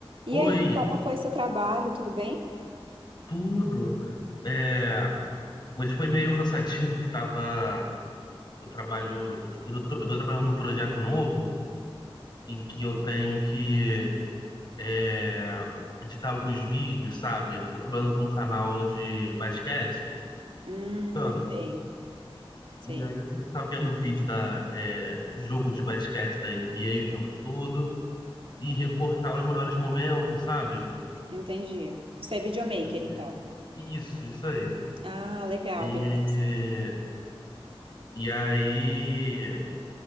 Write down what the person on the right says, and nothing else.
E
aí, como foi seu trabalho? Tudo bem?
Sim.
Hum,
sei, sei.
Entendi. Você é videomaker,
então.
Ah, legal,
bem interessante.